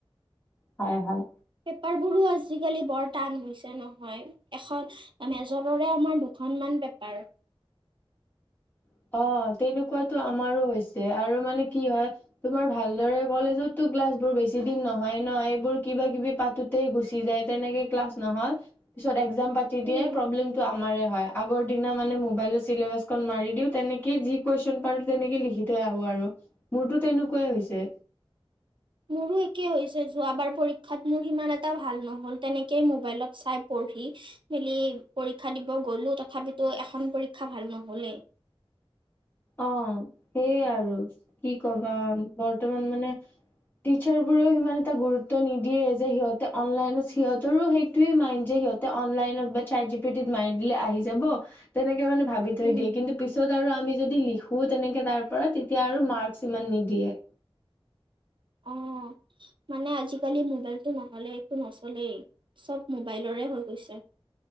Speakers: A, on the left; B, on the right.
A: হয় হয়।
B: পেপাৰবোৰো আজিকালি বৰ টান হৈছে নহয়, এখন মেজৰৰে আমাৰ দুখনমান পেপাৰ।
A: অ', তেনেকুৱাটো আমাৰো হৈছে, আৰু মানে কি হয় তোমাৰ ভালদৰে কলেজতো ক্লাছ বোৰ বেছি দিন নহয় ন', এইবোৰ কিবা কিবি পাতো তেই গুচি যায়, তেনেকে ক্লাছ নহয়, পিছত একজাম পাতি দিয়াই
B: উম
A: প্ৰব্লেমটো আমাৰে হয়। আগৰ দিনত মোবাইলত চিলেবাচখন মাৰি দিও তেনেকেই যি কুৱেশ্যন পাৰো তেনেকে লিখি থৈ আহো আৰু। মোৰতো তেনেকুৱাই হৈছে।
B: মোৰো একেই হৈছে, যোৱাবাৰ পৰীক্ষাত মোৰ ইমান এটা ভাল নহ'ল, তেনেকেই মোবাইলত চাই পঢ়ি মেলি পৰীক্ষা দিব গ'লো তথাপিতো এখন পৰীক্ষা ভাল নহলেই।
A: অ', সেইয়ে আৰু কি কবা? বৰ্তমান মানে টিচাৰ বোৰেও সিমান এটা গুৰুত্ব নিদিয়ে, যে সিহঁতে অনলাইনত সিহঁতৰো সেইটোৱে মাইন যে সিহঁত অনলাইন বা চাত জি পিটিত মাৰি দিলে আহি যাব, তেনেকে মানে ভাবি থৈ
B: উম
A: দিয়ে, কিন্তু পিছত আৰু আমি যদি লিখোঁ তেনেকে তাৰ পৰা, তেতিয়া আৰু মাৰ্কচ ইমান নিদিয়ে।
B: অঁ। মানে আজিকালি মোবাইলটো নহলে একো নচলেই, চব মোবাইলৰে হৈ গৈছে।